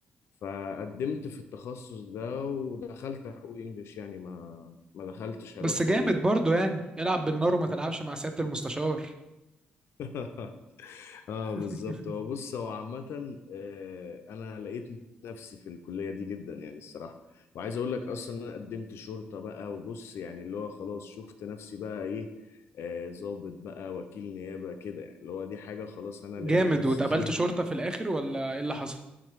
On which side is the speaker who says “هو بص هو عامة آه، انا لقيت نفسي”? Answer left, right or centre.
Left